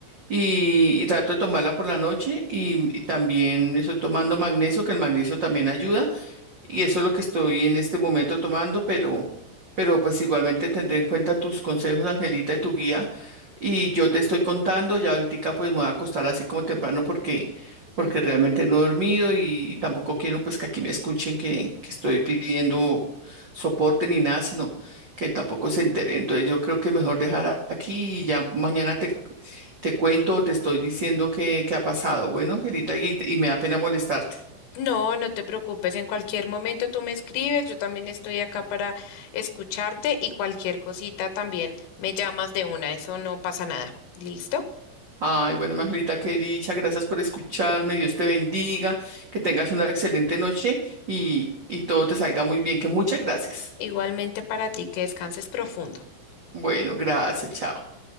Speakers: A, on the right; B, on the left.
A: y, y trato de tomarla por la noche y, y también estoy tomando magnesio, que el magnesio también ayuda. Y eso es lo que estoy en este momento tomando, pero, pero pues igualmente tendré en cuenta tus consejos, Angelita, y tu guía. Y yo te estoy contando, ya ahorita pues me voy a acostar así como temprano porque, porque
B: ujú.
A: realmente no he dormido y tampoco quiero pues que aquí me escuchen que, que estoy pidiendo soporte ni nada, sino que tampoco se enteren. Entonces yo creo que mejor dejar a- aquí y ya mañana te, te cuento o te estoy diciendo qué, qué ha pasado. Bueno, Angelita, y, y me da pena molestarte.
B: No, no te preocupes, en cualquier momento tú me escribes, yo también estoy acá para escucharte y cualquier cosita también me llamas de una, eso no pasa nada. ¿Listo?
A: Ay, bueno, Margarita, qué dicha. Gracias por escucharme. Dios te bendiga. Que tengas una excelente noche y, y todo te salga muy bien. Que muchas gracias.
B: Igualmente para ti, que descanses profundo.
A: Bueno, gracias. Chao.